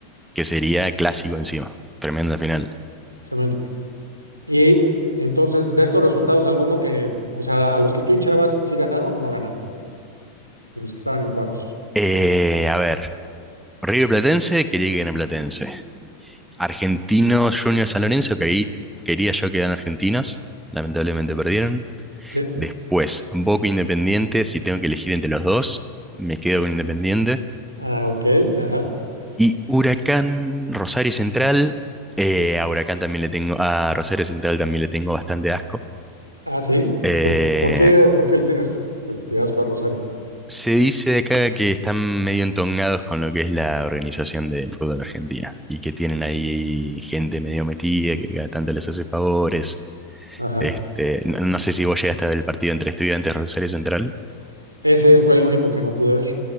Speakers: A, in the centre; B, on the right.
A: que sería clásico encima. Tremenda final.
B: Tremendo. Y entonces, de estos resultados, alguno que, o sea, a los que tú hinchabas, ¿sí ganaron o no ganaron? De los que estaban en cuartos.
A: Eh, a ver, River Platense, quería que gane Platense. Argentino Junior San Lorenzo, que ahí quería yo que eran argentinas. Lamentablemente perdieron.
B: Sí.
A: Después, Boca Independiente, si tengo que elegir entre los dos, me quedo con Independiente.
B: Ah, ok. Ajá.
A: Y Huracán, Rosario Central, eh, a Huracán también le tengo, a Rosario Central también le tengo bastante asco.
B: Ah, sí.
A: Eh,
B: ¿Por, por qué, por qué le tienes este asco a Rosario?
A: se dice de acá que están medio entongados con lo que es la organización del fútbol argentino y que tienen ahí gente medio metida que cada tanto les hace favores.
B: Ajá.
A: Este, no, no sé si vos llegaste a ver el partido entre Estudiantes y Rosario Central.
B: Ese fue el único que no pude ver.